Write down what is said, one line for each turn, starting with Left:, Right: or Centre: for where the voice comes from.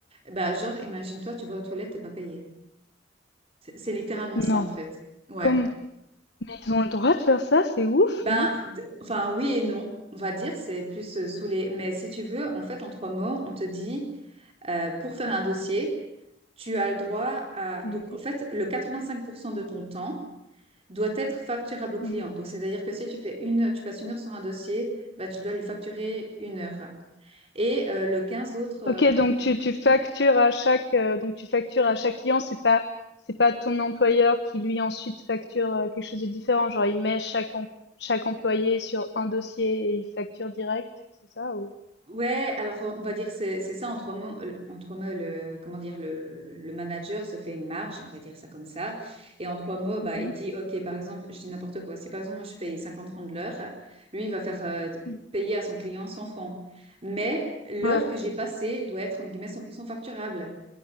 Right: Bah, genre, imagine-toi, tu vas aux toilettes, t'es pas payé. C'est c'est littéralement ça,
Left: Non.
Right: en fait. Ouais.
Left: Comme Ils ont le droit de faire ça, c'est ouf,
Right: Ben,
Left: non?
Right: d- enfin, oui et non, on va dire, c'est plus euh, sous les... Mais si tu veux, en fait, en trois mots, on te dit, euh, pour faire un dossier, tu as le droit à...
Left: Mmh
Right: Donc, en fait, le 85% de ton temps doit être facturable au client.
Left: mh.
Right: Donc, c'est-à-dire que si tu fais une, tu passes une heure sur un dossier, bah, tu dois lui facturer une heure. Et euh, le 15 autres euh,
Left: OK, donc tu tu factures à chaque, heu, donc tu factures à chaque client, c'est pas c'est pas ton employeur qui lui ensuite facture, heu, quelque chose de différent, genre il met chaque em chaque employé sur un dossier et il facture direct, c'est ça ou?
Right: Ouais, alors euh, on va dire c'est c'est ça en trois mots, euh, en trois mots le comment dire le, le manager se fait une marge, on va dire ça comme ça. Et en trois mots, bah
Left: Mmh
Right: il
Left: mh.
Right: dit OK, par exemple, je dis n'importe quoi. Si par exemple moi je suis payée 50 francs de l'heure, lui il va faire euh,
Left: Mmh.
Right: payer à son client 100 francs. Mais l'heure
Left: Ouais,
Right: que j'ai passée doit être entre guillemets 100% facturable,